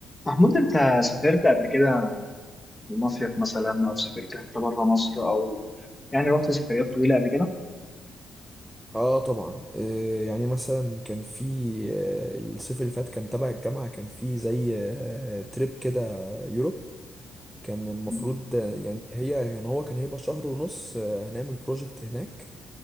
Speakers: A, on the left; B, in the centre.
A: محمود انت سافرت قبل كده لمصيف مثلا او سافرت حتى بره مصر او يعني رحت سفريات طويله قبل كده
B: اه طبعا آه، يعني مثلا كان في آه، الصيف اللي فات كان تبع الجامعة كان في زي آه، تريب كده يوروب كان المفروض
A: مم.
B: آه، يعني هي يعني هو كان هيبقى شهر ونص آه، هنعمل بروجكت هناك